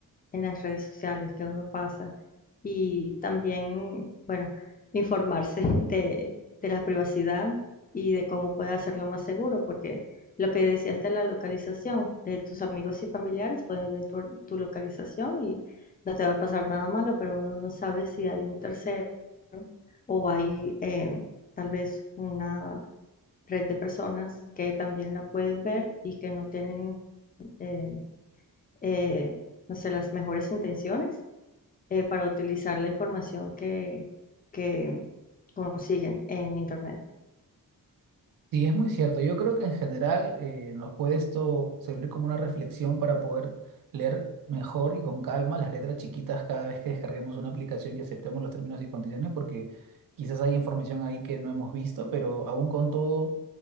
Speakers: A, on the left; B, on the right.
A: en las redes sociales que uno pasa y también, bueno, informarse <laughs> de, de la privacidad y de cómo puede hacerlo más seguro, porque lo que decías de la localización, eh, tus amigos y familiares pueden ver tu, tu localización y no te va a pasar nada malo, pero uno no sabe si hay un tercero o hay eh, tal vez una red de personas que también la pueden ver y que no tienen, eh, eh, no sé, las mejores intenciones eh, para utilizar la información que, que consiguen en Internet.
B: Sí, es muy cierto. Yo creo que en general eh, nos puede esto servir como una reflexión para poder leer mejor y con calma las letras chiquitas cada vez que descarguemos una aplicación y aceptemos los términos y condiciones, porque quizás hay información ahí que no hemos visto, pero aún con todo